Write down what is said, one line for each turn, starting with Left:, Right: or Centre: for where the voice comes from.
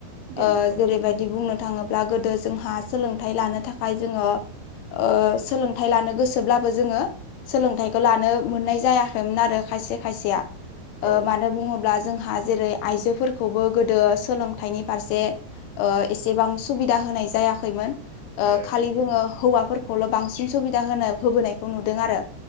Right: दङ
Left: ओ
Right: फाराग
Left: जेरैबायदि बुंनो थाङो ब्ला गोदो जोंहा सोलोंथाइ लानो थाखाय जोङो। ओ सोलोंथाइ लानो गोसोब्लाबो जोङो। सोलोंथाइखौ लानो मोननाय जायाखैमोन आरो खायसे खायसेया। ओ
Right: औ
Left: मानो बुङोब्ला जोंहा जेरै आइजोफोरखौबो गोदो सोलोंथाइनि फारसे ओ एसेबां सुबिदा होनाय जायाखैमोन। ओ
Right: जायाखैमोन
Left: खालि जोङो
Right: औ
Left: हौवाफोरखौल' बांसिन सुबिदा होनो होबोनायखौ नुदों आरो।